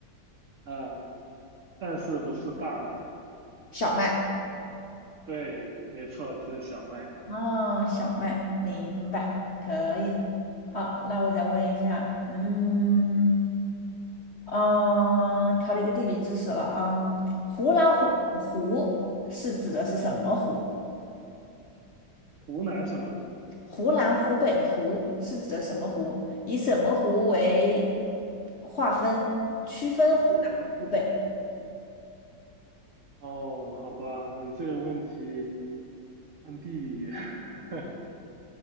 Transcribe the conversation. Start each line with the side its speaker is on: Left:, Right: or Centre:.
Right: <laughs> 啊，但是不是大麦？
Left: 小麦，
Right: 对，没错，就是小麦。
Left: 哦，小麦，明白，可以。好，那我再问一下，嗯，嗯，考了一个地理知识了啊，湖南湖口湖是指的是什么湖？
Right: 好，湖南什么？
Left: 湖南、湖北的湖是指的什么湖？以什么湖为划分区分湖南和湖北？
Right: 啊，哦，好吧，你这个问题。看地理，<laughs>